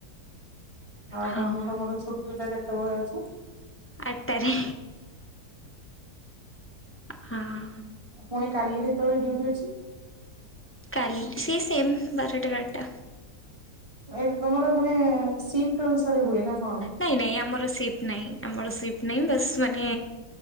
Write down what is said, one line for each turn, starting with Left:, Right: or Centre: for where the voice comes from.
Right: ଆଉ
Left: ହଁ
Right: କଣ ତମର ଛୁଟି ଟା କେତେବେଳେ ଅଛି
Left: ଆଠଟାରେ। ହଁ।
Right: ପୁଣି କାଲି କେତେବେଳେ ଡ୍ୟୁଟି ଅଛି?
Left: କାଲି ସେ ସେମ୍ ବାରଟାରେ।
Right: ଏଇଟା ତମର ମାନେ ସିଫ୍ଟ ଅନୁସାରେ ହୁଏ ନା କଣ?
Left: ନାଇଁ ନାଇଁ ଆମର ସିପ୍ ନାହିଁ ଆମର ସିପ୍ ନାହିଁ ବାସ୍ ମାନେ